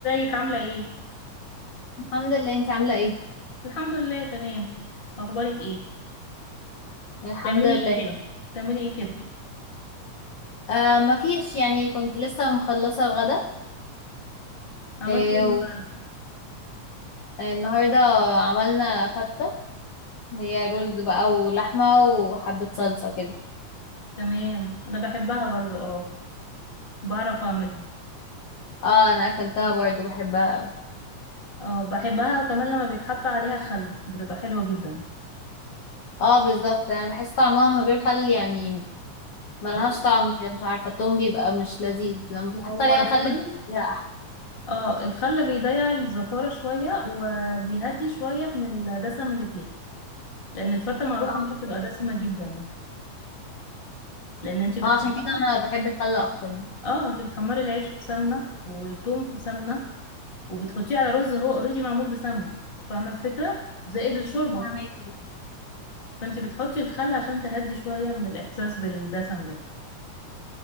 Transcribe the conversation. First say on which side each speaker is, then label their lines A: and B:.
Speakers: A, on the left; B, on the left.
A: ازيك عاملة ايه؟
B: الحمد لله انت عاملة ايه
A: الحمد لله تمام اخبارك ايه؟
B: الحمد
A: بتعملي
B: لله
A: ايه كده؟ بتعملي ايه كده؟
B: آه ما فيش يعني كنت لسه مخلصة الغدا
A: عملتي
B: آه
A: ايه النهاردة؟
B: و- آه، النهاردة عملنا فتة اللي هي رز بقى ولحمة وحبة صلصة كده
A: تمام انا بحبها برضو اه بعرف اعملها
B: اه انا اكلتها برضو بحبها اوي.
A: اه بحبها وكمان لما بيتحط عليها خل بتبقى حلوة جدا
B: اه بالظبط انا بحس طعمها من غير خل يعني ملهاش
A: بتبقى-
B: طعم كده مش عارفة التوم بيبقى مش لذيذ لما بتحط
A: هو
B: عليها
A: الخل
B: خل بيبقى فيها احلى
A: اه الخل بيضيع الزفارة شوية وبيهدي شوية من الدسم اللي فيها لان الفتة معروفة
B: اه
A: ان هي
B: بالظبط
A: بتبقى دسمة جدا لان انت بتحمري
B: اه عشان كده انا بحب الخل اكتر يعني
A: اه انت بتحمري العيش في سمنة والثوم في سمنة وبتحطيه على رز هو اوريدي معمول بسمنه فاهمه الفكره زائد الشوربه
B: فاهمك
A: فانت بتحطي الخل عشان تهدي شويه من الاحساس بالدسم ده